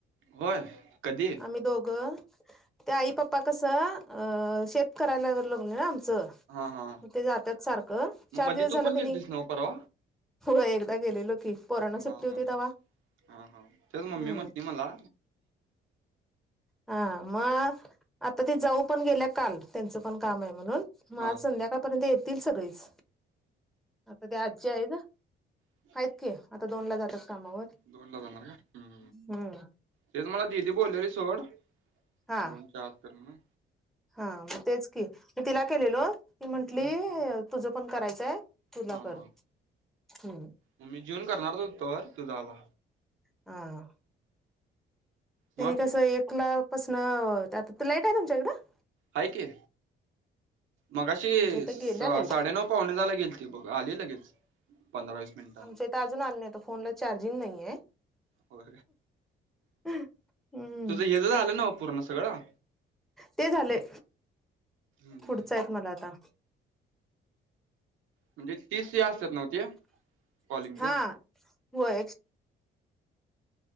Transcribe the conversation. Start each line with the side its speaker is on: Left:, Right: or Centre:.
Right: होय कधी?
Centre: आम्ही दोघं त्या आई पप्पा कसं अ शेत करायला लग्न ना आमचं
Right: हा हा.
Centre: मग ते जातात सारखं
Right: मग
Centre: चार
Right: मध्ये
Centre: दिवस
Right: तू
Centre: झाला
Right: पण
Centre: तनी
Right: गेलतीस नव्ह परवा?
Centre: हो एकदा गेलेलो की पोरांना
Right: हा
Centre: सुट्टी होती
Right: हा
Centre: तवा
Right: हा हा तेच
Centre: हम्म
Right: मम्मी म्हटती मला
Centre: हा मग आता ते जाऊ पण गेल्या काल त्यांचं पण काम आहे म्हणून मग
Right: हा
Centre: आज
Right: हा.
Centre: संध्या पर्यंत येतील सगळेच आता ते आजी आहेत ना
Right: ह
Centre: आहेत की आता दोन ला जातात कामावर
Right: दोनला जाणार का? हम्म
Centre: हम्म
Right: तेच मला दिीदी बोललेली सोड
Centre: हा
Right: दोन चार तर म्हणा
Centre: हा मग तेच की मी तिला केलेलो ती म्हंटली
Right: मग
Centre: तुझं पण करायचंय तुला
Right: हा हा.
Centre: कर ह
Right: मग मी जिवून करणार होतो तर तुझा आला
Centre: ह त्यांनी
Right: मग
Centre: कस एकला पासन आता तर लाईट आहे तुमच्याकडं
Right: आहे की मगाशी
Centre: आमच्या इथं
Right: साडेनऊ
Centre: गेल्या लाईट
Right: पावणेदहाला गेलती बघ आली लगेच पंधरा वीस मिनिटांन.
Centre: आमच्या इथं अजून आली नाही तर फोनला चार्जिंग नाहीये
Right: हो
Centre: हम्म
Right: तुझं येण झालं न्हवं पूर्ण सगळं
Centre: ते झाले
Right: हम्म.
Centre: पुढच आहेत मला आता
Right: म्हणजे तीस असतात नव्ह ते कॉलिंगच
Centre: हा होय